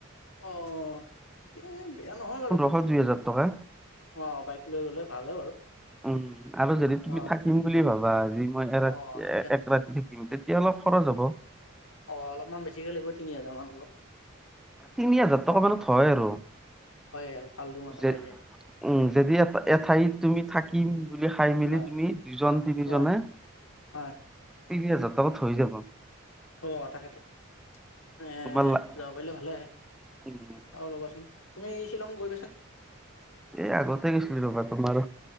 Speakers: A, on the left (about 85°); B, in the centre.
A: অঁ! ঠিকে বেয়া নহয় বাৰু।
B: হয় দুই হাজাৰ টকা,
A: অ বাইক লৈ গ'লে ভালহে বাৰু
B: উম আৰু যদি
A: অ
B: কিম বুলি ভাবা আজি মই এতি
A: অ তেতিয়া
B: এক ৰাতি থাকিম তেতিয়া অলপ খৰচ হ'ব।
A: অঁ! অলপমান বেছিকে লাগিব তিনি হাজাৰ মান অলপ।
B: তিনি হাজাৰ
A: অ
B: টকা মানত হয় আৰু।
A: হয় আৰু ভাল ৰুম এটা
B: যে
A: পাই যায়।
B: উম! যদি এ এঠাইত তুমি থাকি কিম বুলি খাই মেলি
A: হয়
B: তুমি দুজন, তিনিজনে
A: হয় হয়
B: তিনি হাজাৰ টকাত হৈ যাব।
A: অ! তাকেতো, এ
B: তোমাৰ লা
A: যাব পাৰিলে ভালে
B: উম
A: আৰু ৰ'বা চোন। তুমি শ্বিলং গৈ
B: এই আগতে গৈছিলোঁ ৰবা তোমাৰ,